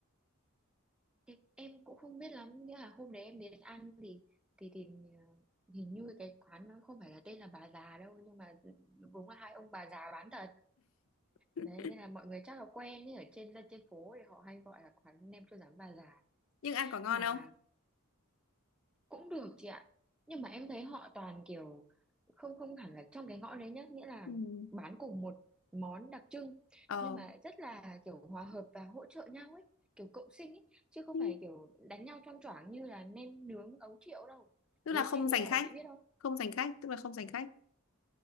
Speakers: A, in the centre; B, on the left.
A: Thì em cũng không biết lắm, nhưng mà hôm đấy em đến ăn thì thì thì ờ, hình như cái quán nó không phải là tên là bà già đâu nhưng mà đúng là hai ông bà già bán thật.
B: <laughs>
A: Đấy nên là mọi người chắc là quen ấy, ở trên dân trên phố thì họ hay gọi là quán nem chua rán bà già.
B: nhưng ăn có ngon
A: Mà
B: không
A: cũng được chị ạ nhưng mà em thấy họ toàn kiểu không không hẳn là trong cái ngõ đấy nhá nghĩa là
B: ừ.
A: bán cùng một món đặc trưng
B: ờ
A: nhưng mà rất là kiểu hòa hợp và hỗ trợ nhau ấy kiểu cộng sinh ấy chứ không
B: Ừ.
A: phải kiểu đánh nhau choang choảng như là nem nướng ấu triệu đâu
B: tức
A: ghế
B: là không
A: xanh
B: giành
A: ghế đỏ
B: khách
A: chị biết không
B: không giành khách tức là không giành khách